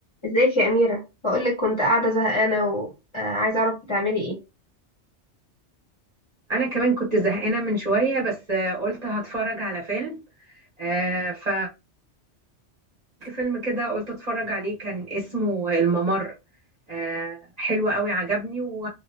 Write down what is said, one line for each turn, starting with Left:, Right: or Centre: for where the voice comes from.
Left: ازيك يا أميرة بقولك كنت قاعدة زهقانة وعايزة أعرف بتعملي ايه
Right: انا كمان كنت زهقانه من شويه بس آه، قلت هتفرج على فيلم آه، ف فيلم كده قلت اتفرج عليه كان اسمه الممر آه، حلو قوي عجبني و-